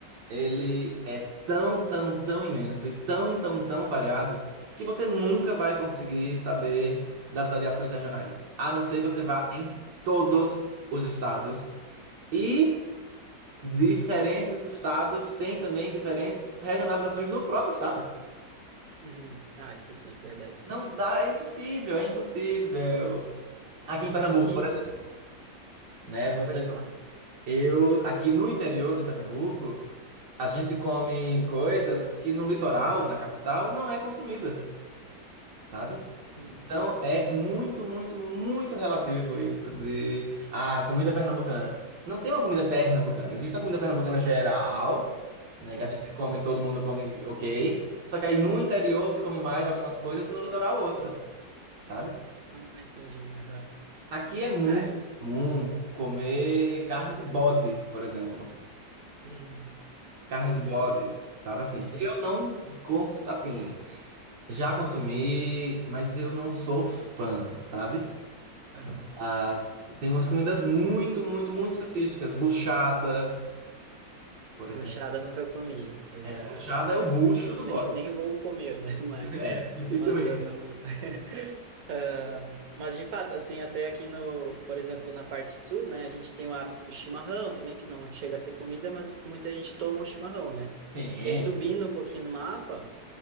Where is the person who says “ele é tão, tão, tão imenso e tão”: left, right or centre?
Right